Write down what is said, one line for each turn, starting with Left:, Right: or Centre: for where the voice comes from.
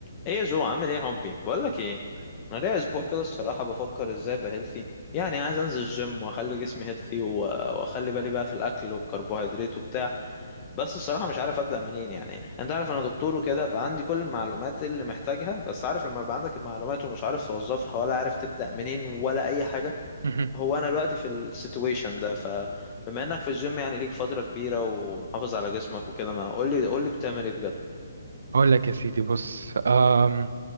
Left: ايه يا جو عامل ايه يا حبي بقول لك ايه انا ليا اسبوع كده الصراحه بفكر ازاي ابقى هيلثي يعني عايز انزل الجيم واخلي جسمي هيلثي واخلي بالي بقى في الاكل والكربوهيدرات وبتاع بس الصراحه مش عارف ابدا منين يعني انت عارف انا دكتور وكده فعندي كل المعلومات اللي محتاجها بس عارف لما يبقى عندك المعلومات ومش عارف توظفها ولا عارف تبدا منين ولا اي حاجه
Right: مهم.
Left: هو انا دلوقتي في السيتويشن ده فبما انك في الجيم يعني ليك فتره كبيره ومحافظ على جسمك وكده ما قول لي قول لي بتعمل ايه
Right: اقول لك يا سيدي بص أم